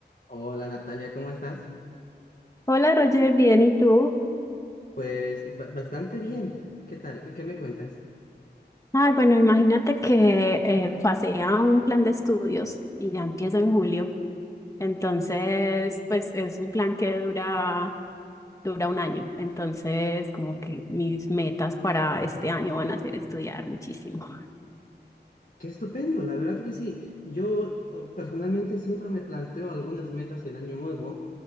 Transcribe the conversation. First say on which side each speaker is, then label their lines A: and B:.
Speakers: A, on the left; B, on the left.
A: Hola Natalia, ¿cómo estás?
B: Hola Roger, bien, ¿y tú?
A: Pues ba- bastante bien. ¿Qué tal? ¿Qué me cuentas?
B: Ah, bueno, imagínate que eh, pasé a un plan de estudios y ya empieza en julio. Entonces, pues es un plan que dura, dura un año. Entonces, como que mis metas para este año van a ser estudiar muchísimo.
A: Qué estupendo, la verdad que sí. Yo eh, personalmente siempre me planteo algunas metas en año nuevo,